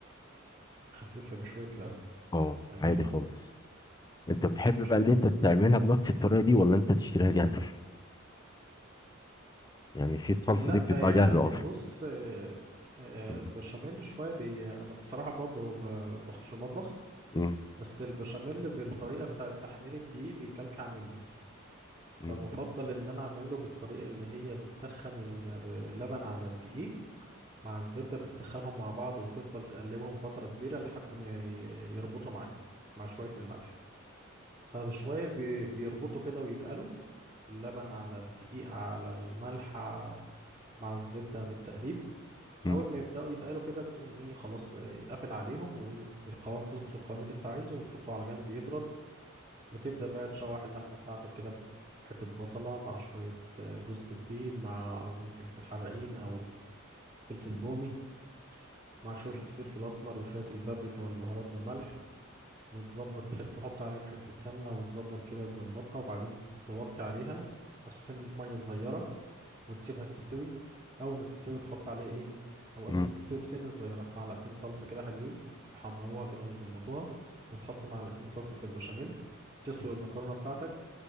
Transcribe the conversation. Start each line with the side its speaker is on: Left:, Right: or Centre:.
Right: خففها بشويه لبن
Left: اه
Right: تمام
Left: عادي خالص انت
Right: مفيش
Left: بتحب
Right: مشكلة
Left: بقى ان انت تعملها بنفس الطريقه دي ولا انت تشتريها جاهزه يعني في الصلصه
Right: لا
Left: دي بتتباع
Right: يعني
Left: جاهزه اصلا
Right: بص آه، آه،
Left: مم.
Right: البشاميل شوية بي أنا بصراحة برضو ب- بخش المطبخ
Left: مم.
Right: بس البشاميل بالطريقة بتاعة تحمير الدقيق بيكلكع مني فبفضل
Left: مم.
Right: إن أنا أعمله بالطريقة اللي هي بتسخن ال- اللبن على الدقيق مع الزبدة بتسخنهم مع بعض وتفضل تقلبهم فترة كبيرة لحد ما ي- يربطوا معاك مع شوية الملح فبشوية بي- بيربطوا كده ويتقلوا اللبن على الدقيق على الملح مع الزبدة بالتقليب
Left: مم.
Right: اول ما يبداوا يتقالوا كده بتقوم ايه خلاص آه، قافل عليهم والقوام تظبط القوام اللي انت عايزه وتحطه على جنب يبرد وتبدا بقى تشوح اللحمه بتاعتك كده بحته بصله مع شويه آه، جوز الطيب مع قرنين فلفل حراقين او فلفل رومي مع شويه فلفل اسمر وشويه البابريكا والبهارات والملح وتظبط تحط تحط عليهم حته سمنه وتظبط كده تظبطها وبعدين توطي عليها سنه ميه صغيره وتسيبها تستوي اول ما تستوي تحط عليها ايه او
Left: مم.
Right: قبل ما تستوي بسنه صغيره معلقتين صلصه كده حلوين يحمروها كده ويظبطوها وتحط معلقتين صلصه في البشاميل تسلق المكرونه بتاعتك